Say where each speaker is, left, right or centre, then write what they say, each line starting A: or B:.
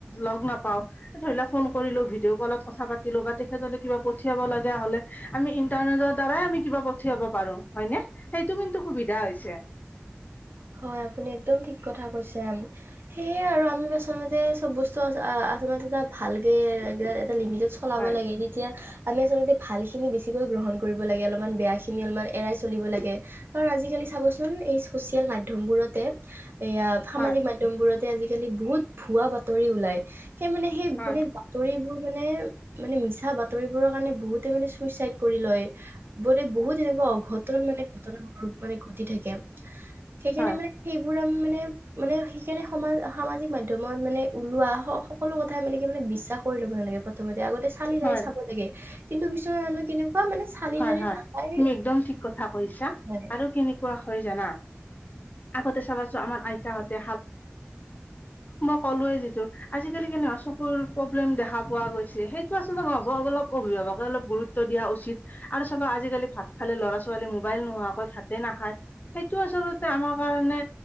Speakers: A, on the left (about 40°); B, on the right (about 55°).
A: লগ নাপাওঁ, ধৰি লও ফোন কৰিলো ভিডিঅ' কলত কথা পাতিলো। বা তেখেতলে কিবা পঠিয়াব লগা হলে আমি ইন্টাৰনেটৰ দ্বাৰাই আমি কিবা পঠিয়াব পাৰো, হয়নে সেইটো কিন্তু সুবিধা হৈছে।
B: <inaudible> হয়, আপুনি একদম ঠিক কথা কৈছে, সেয়ে আৰু আমি আচলতে চব বস্তু <unintelligible> ভালকে লিমিতত চলাব
A: হয়
B: লাগে, তেতিয়া আমি আচলতে ভাল খিনি বেছিকৈ গ্ৰহণ <unintelligible> অলমান বেয়াখিনি অল এৰাই চলিব কাৰণ আজিকালি চাবচোন, চচিয়েল মাধ্য মাধ্যম বোৰতে এয়া সামাজিক
A: হয়
B: মাধ্যম বোৰতে আজিকালি বহুত ভুৱা বাতৰি ওলাই। সেই মানে সেই
A: হয়
B: মানে বাতৰিবোৰ মানে মানে মিছা বাতৰিবোৰৰ কাৰণে বহুতে মানে চুইচাইড কৰি লয় বোৰে বহুত তেনেকুৱা অঘটন মানে ঘটনা <unintelligible> ঘটি থাকে সেইকাৰণে
A: হয়
B: মানে সেইবোৰ আমি মানে মানে সেইকাৰণে সমাজ সামাজিক মাধ্যমত ওলোৱা সকলো কথাই মানে কি মানে বিশ্বাস কৰি ল'ব নালাগে প্ৰথমতে আগতে চালি জাৰি
A: হয়
B: চাব
A: হয়
B: লাগে কিন্তু <unintelligible> চালি
A: হয়,
B: জাৰি
A: হয়
B: নাচাই
A: তুমি একদম ঠিক কথা কৈছা
B: মানে
A: আৰু কেনেকুৱা হয় জানা? আগতে চাবাচোন আমাৰ আইতাহঁতে সলোৱে যিটো আজিকালি কেনেকুৱা চকুৰ প্ৰব্লেম দেখা পোৱা গৈছে। সেইটো আচলতেই <unintelligible> অভিভাৱকে অলপ গুৰুত্ব দিয়া উচিত আৰু চবা আজিকালি ভাত খালে ল'ৰা, ছোৱালী মোবাইল নোহোৱাকৈ ভাতে নাখায়, সেইটো আচলতে আমাৰ কাৰণে